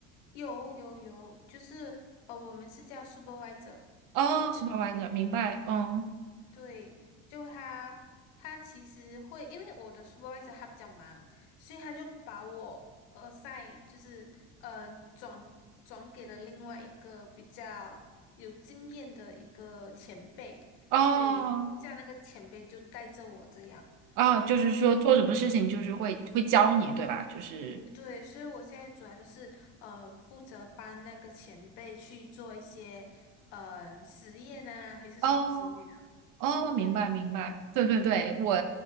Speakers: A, on the left (about 75°); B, on the right (about 65°).
A: 有有有，就是呃，我们是叫 supervisor，
B: 哦，supervisor，
A: 就是。
B: 明白？嗯，
A: 嗯对，就他，他其实会，因为我的 supervisor 他比较忙，所以他就把我 assign 就是嗯、呃转转给了另外一个比较有经验的一个前辈，
B: 哦
A: 对，这样那个前辈就带着我这样，
B: 哦，
A: 对，
B: 就是说做什么事情就是会会教你，对吧？就是。
A: 嗯对，所以我现在主要就是呃负责帮那个前辈去做一些嗯、呃实验啊还是什么之类的，
B: 哦哦，
A: 对。
B: 明白明白，对对对，我